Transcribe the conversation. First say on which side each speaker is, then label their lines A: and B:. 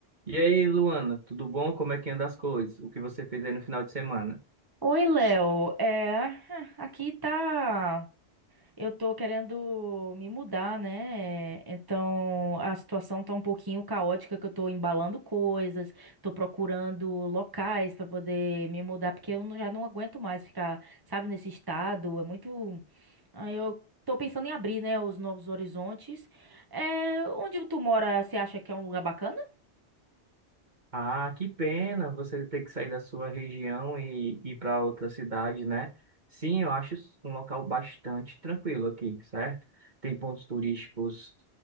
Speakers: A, on the right; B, on the right.
A: E aí, Luana, tudo bom? Como é que anda as coisas? O que você fez aí no final de semana?
B: Oi, Léo. É, ah, aqui tá. Eu tô querendo me mudar, né? Então a situação tá um pouquinho caótica, que eu tô embalando coisas, tô procurando locais pra poder me mudar, porque eu não- já não aguento mais ficar, sabe, nesse estado. É muito. Aí eu tô pensando em abrir, né, os novos horizontes. É, onde tu mora, você acha que é um lugar bacana?
A: Ah, que pena você ter que sair da sua região e ir para outra cidade, né? Sim, eu acho um local bastante tranquilo aqui, certo? Tem pontos turísticos